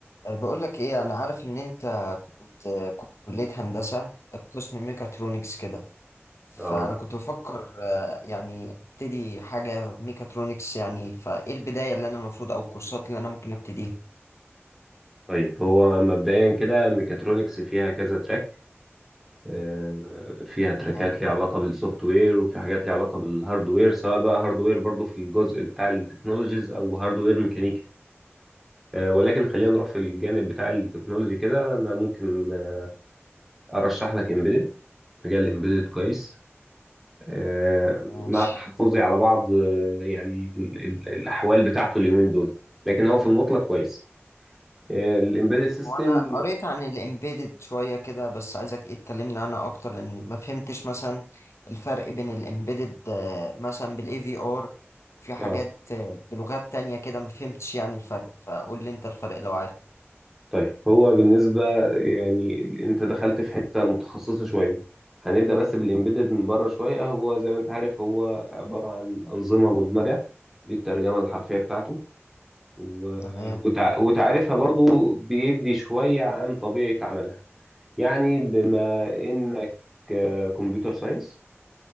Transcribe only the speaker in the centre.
اه
طيب هو مبدئيا كده ميكاترونكس فيها كذا تراك آه، فيها تراكات
ليها علاقة بالسوفت وير وفي حاجات ليها علاقة بالهاردوير سواء بقى هاردوير برضو في الجزء بتاع التكنولوجيز او هاردوير ميكانيكي آه، ولكن خلينا نروح في الجانب بتاع التكنولوجي كده انا ممكن آه، ارشح لك امبيدد مجال امبيدد كويس آه،
مع تحفظي على بعض آه، يعني ال- ال- الاحوال بتاعته اليومين دول لكن هو في المطلق كويس الامبيدد سيستم
اه
طيب هو بالنسبة يعني انت دخلت في حتة متخصصة شوية هنبدأ بس بالإمبيدد من بره شوية هو زي ما انت عارف هو عبارة عن أنظمة مدمجة دي الترجمة الحرفية بتاعته و...
وتع... وتعريفها برضو بيدي شوية عن طبيعة عملها يعني بما إنك كمبيوتر ساينس